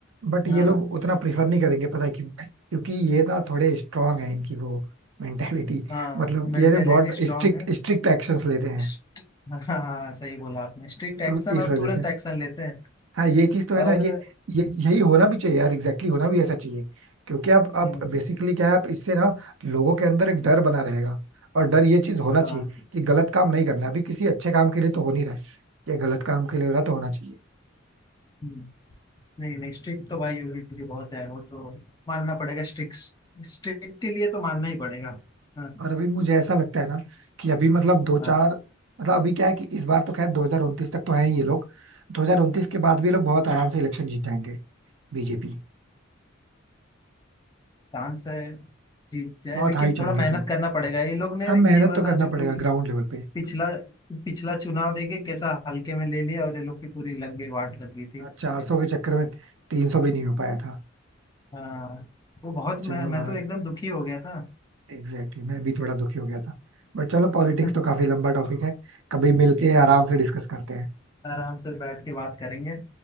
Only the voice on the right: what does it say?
बट ये
लोग उतना प्रीफर नहीं करेंगे पता है क्यों क्योंकि ये ना थोड़े स्ट्रांग है इनकी वो मेंटेलिटी
मतलब
ये ना बहुत
स्ट्रिक्ट
स्ट्रिक्ट एक्शंस लेते हैं
तो इस
वजह
से
हाँ ये चीज तो है ना
ये ये यही होना भी चाहिए यार एग्जैक्टली होना भी ऐसा चाहिए क्योंकि आप आप
बेसिकली क्या है आप इससे ना लोगों के अंदर एक डर बना रहेगा और डर ये चीज होना चाहिए
कि गलत काम नहीं करना है। अभी किसी अच्छे काम के लिए तो हो नहीं रहा है ये गलत काम के लिए हो रहा तो होना चाहिए
और अभी मुझे ऐसा लगता है ना कि अभी मतलब दो
चार मतलब अभी क्या है कि इस बार तो खैर दो हजार उनतीस तक तो है ही ये लोग दो हजार उनतीस के बाद भी ये लोग बहुत आराम से इलेक्शन जीत जाएंगे बीजेपी
बहुत
हाई
चांसेस
है
हाँ मेहनत
तो करना
पड़ेगा
ग्राउंड लेवल पे
चार सौ के चक्कर में तीन सौ भी नहीं हो पाया था
चलो
यार
एग्जैक्टली exactly, मैं भी थोड़ा दुखी हो गया था बट चलो पॉलिटिक्स
तो काफी लंबा टॉपिक है कभी मिलके
आराम से डिस्कस करते हैं